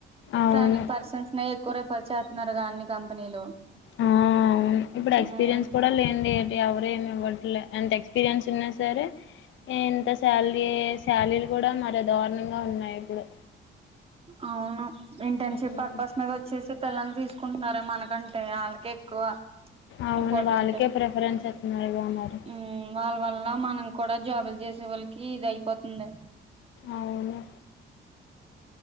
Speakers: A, on the left; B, on the right.
A: అవును
B: ట్రైనింగ్ పర్సన్స్ నే ఎక్కువ రిఫర్ చె న్నరగాన్ని కంపెనీలు
A: ఆవును ఇప్పుడు ఎక్స్పీరియన్స్
B: మ్మ్
A: కూడా లేండి ఎవరేమి ట్ అంత ఎక్స్పీరియన్స్ ఉన్నా సరే ఇంత శాలరీ శాలరీలు కూడా మర దారుణంగా ఉన్నాయి ఇప్పుడు
B: అవును ఇంటర్న్షిప్
A: హ్మ్.
B: పర్పస్ మీద వచ్చేసి పిల్లలు తీసుకుంటున్నారే మనకంటే వాళ్ళకే ఎక్కువ
A: అవును
B: ఇంపార్టెంట్
A: వాళ్ళకే ప్రిఫరెన్స్ ఇస్తున్నారు గ మరి
B: ఉమ్ వాళ్ళ వల్ల మనం కూడా జాబులు చేసే వాళ్ళకి ఇది అయిపోతుంది
A: అవును